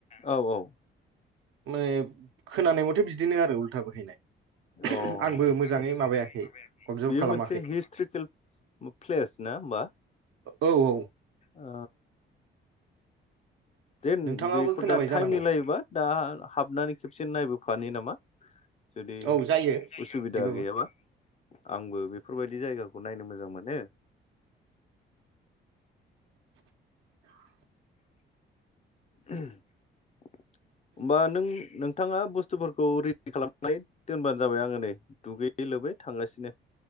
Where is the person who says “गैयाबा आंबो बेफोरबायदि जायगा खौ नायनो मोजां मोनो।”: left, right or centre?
Left